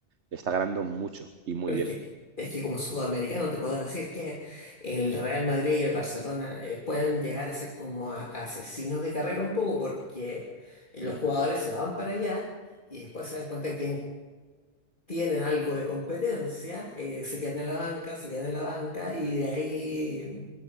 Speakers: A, on the right (about 75°); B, on the left (about 45°).
A: está ganando mucho y muy
B: pero
A: bien.
B: es que es que como sudamericano te puedo decir que el Real Madrid y el Barcelona eh, pueden llegar a ser como a- asesinos de carrera un poco porque eh, los
A: Mm.
B: jugadores se van para allá y después se dan cuenta que tienen tienen algo de competencia, eh, se quedan en la banca, se quedan en la banca y de ahí